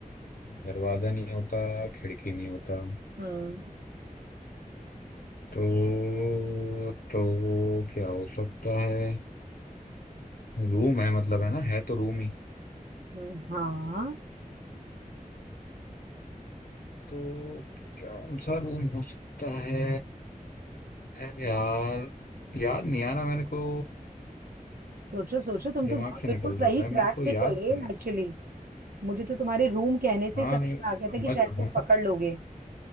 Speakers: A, on the left; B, on the right.
A: दरवाजा नहीं होता खिड़की नहीं होता
B: हम्म
A: तो तो क्या हो सकता है रूम है मतलब है ना है तो रूम ही
B: हम्म, हाँ
A: तो कौन सा रूम हो सकता है अरे यार याद नहीं आ रहा मेरे को
B: सोचो सोचो तुम
A: दिमाग
B: तो बहुत
A: से
B: बिल्कुल
A: निकल
B: सही
A: रहा
B: ट्रैक
A: है मेरे को
B: पे
A: याद
B: चल रहे
A: था
B: हो
A: यार
B: एक्चुअली मुझे तो तुम्हारे रूम कहने से
A: हाँ
B: ही समझ
A: नहीं मैं
B: में
A: समझ
B: आ गया था कि शायद
A: रहा
B: तुम
A: हूँ
B: पकड़ लोगे